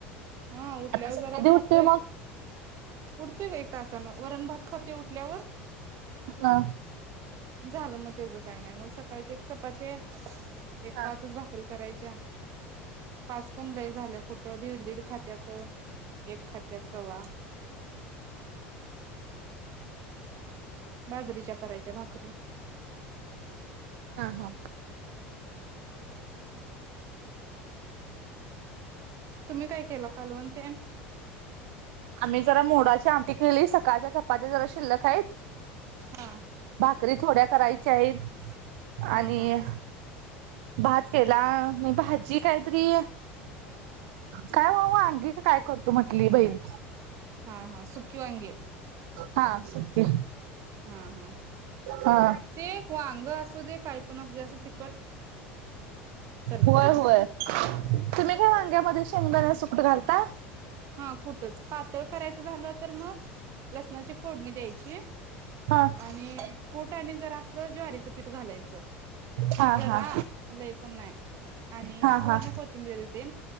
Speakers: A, on the right; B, on the right.
A: हा उठल्यावर
B: आता स
A: जरा
B: कधी
A: खातोय
B: उठतोय मग
A: उठतोय बघा एक तासानं वरण भात खात ते उठल्यावर.
B: हा
A: झालं मग त्याच काही नाही मग सकाळची एक चपाती एक
B: ह
A: पाचच भाकरी करायच्या. पाच पण लय झाल्या. कुठ दीड दीड खात त्यात एक खात्यात कवा <inaudible> बाजरीच्या करायच्या भाकरी.
B: ह ह.
A: तुम्ही काय केलं कालव तेन.
B: आम्ही जरा मोडाची आमटी केली सकाळच्या चपाात्या जरा शिल्लक हायत.
A: हा.
B: भाकरी थोड्या करायच्यायेत.
A: हा
B: आणि
A: हा
B: भात केला भाजी काहीतरी अ काय वा वागी का काय करतो म्हण ली बईण
A: हा हा सुकी वागे.
B: हा सुकी.
A: हा हा
B: हा
A: ते एक वांग असु दे काही पण असु अस ते चरचरीत
B: होय होय तुम्ही काय वांग्यामध्ये शेंगदाण्याच कुठ घालता.
A: हा कुठच पातळ करायचं झालं तर मग लसणाची फोडणी द्यायची
B: हा
A: आणि कूट आणि जरा आपलं ज्वारीच पीठ घालायचं
B: हा
A: जरा
B: हा
A: लय पण नाय आणि
B: हा
A: मग
B: हा
A: वर्ण कोथिंबीरी ते